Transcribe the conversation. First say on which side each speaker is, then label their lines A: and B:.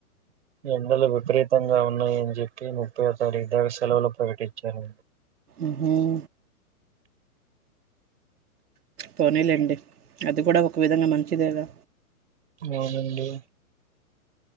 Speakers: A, on the right; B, on the right.
A: ఎండలు విపరీతంగా ఉ న్నాయి అని చెప్పి ముప్పై ఓ తారీకి దాక సెలవులు ప్రకటించారు
B: ఉహుం పోనీలేండి అది కూడా ఒక విధంగా మంచిదేగా
A: అవునండి